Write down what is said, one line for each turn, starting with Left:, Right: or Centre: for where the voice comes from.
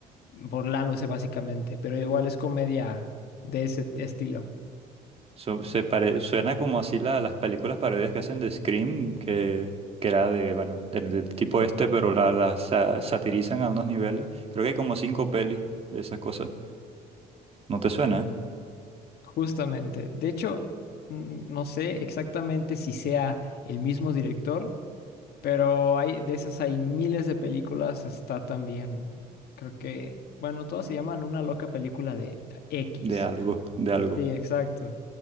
Left: burlándose básicamente, pero igual es comedia de ese estilo,
Right: Su- se pare- suena como así la- las películas parodias que hacen de Scream, que, que era de, bueno, del, del tipo este, pero la, la sa- satirizan a unos niveles. Creo que hay como cinco pelis de esas cosas. ¿No te suena?
Left: justamente. De hecho, mm, no sé exactamente si sea el mismo director Pero hay, de esas hay miles de películas, está también, creo que, bueno, todas se llaman una loca película de X.
Right: De algo, de algo.
Left: Sí, exacto.